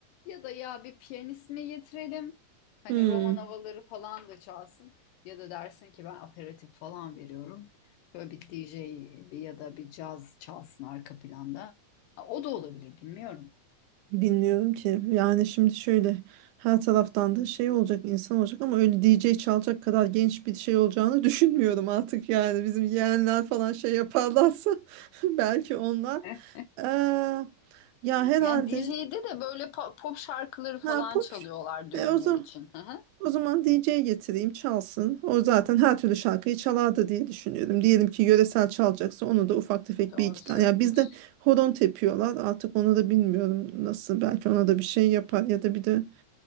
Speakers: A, on the left; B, on the right.
A: Ya da ya bir piyanist mi getirelim? Hani
B: Hmm.
A: roman havaları falan da çalsın. Ya da dersin ki ben aperatif falan veriyorum. Şöyle bir DJ bir- ya da bir caz çalsın arka planda. O da olabilir bilmiyorum.
B: Bilmiyorum ki. Yani şimdi şöyle her taraftan da şey olacak, insan olacak ama öyle D J çalacak kadar genç bir şey olacağını <laughs> düşünmüyorum artık yani. Bizim yeğenler falan şey yaparlarsa <laughs> belki onlar.
A: Heh.
B: Ee, ya herhalde
A: Yani DJ'de de böyle pa- pop şarkıları falan
B: ha, pop
A: çalıyorlar düğünler
B: e, o zaman
A: için. Hı hı.
B: o zaman DJ getireyim çalsın. O zaten her türlü şarkıyı çalardı diye düşünüyorum. Diyelim ki yöresel çalacaksa onu da ufak tefek
A: Doğru
B: bir iki
A: söylüyorsun.
B: tane. Ya bizde horon tepiyorlar. Artık onu da bilmiyorum nasıl. Belki ona da bir şey yapar ya da bir de